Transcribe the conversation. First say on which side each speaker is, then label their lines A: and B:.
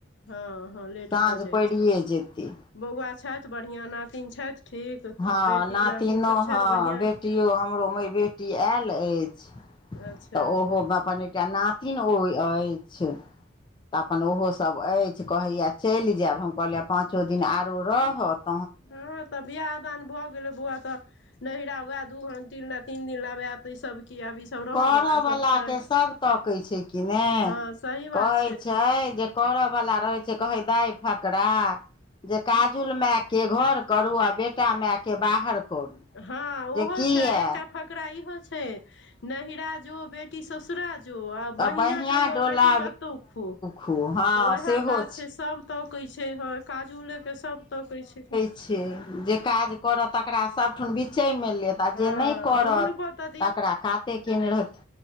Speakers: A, on the left; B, on the left.
A: हँ हँ लेट
B: साँझ
A: भऽ जाइ
B: परड़िये
A: छै
B: जेतै
A: बौआ छथि बढ़िया नातिन छथि ठीक
B: हँ
A: बेटी
B: नातिनो
A: नातिन सब छथि
B: हँ
A: बढ़िआँ
B: बेटियो हमरो माय बेटी आयल अछि
A: अच्छा
B: तऽ ओहो अपन एकटा नातिन ओ अछि तऽ अपन ओहोसभ अछि कहैया चलि जायब हम कहलियै पाँचो दिन आरो रहत
A: हँ तऽ बियाह दान भऽ गेल गेलै बौआ तऽ नैहरा हुए दू ती तीन दिन ला ऐब आब ई सब की आब ई सब रहय
B: करऽवला
A: वला सब छै
B: के सब तकै छै कि ने
A: हँ सही बात
B: कहै छै जे करऽ बला रहै छै कहे दाय फकरा जे काजुल मायके घर करू आ बेटा मायके बाहर करू
A: हँ
B: जे
A: ओहो
B: किया
A: छै आ एकटा फकरा इहो छै नैहरा जो बे बेटी ससुरा जो आ बहिंआँ
B: बढ़िआँ
A: डोलो
B: डोला
A: बेटी कतहु खो
B: खो हँ
A: तऽ वएह
B: सेहो
A: बात छै सब तकै छै हँ काजूलऽकेऽ सब तकै छै
B: छी जे काज करत तकरा सबठाम बिचैमे लेत त
A: हँ
B: जे नहि करत
A: हुनको तऽ
B: तकरा काते केने रहत